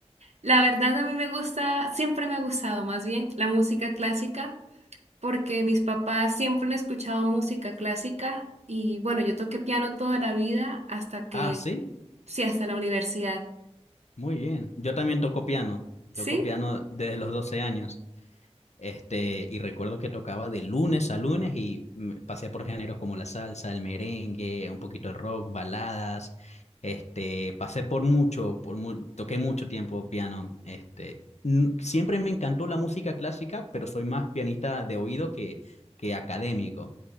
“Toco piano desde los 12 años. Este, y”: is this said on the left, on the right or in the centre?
Left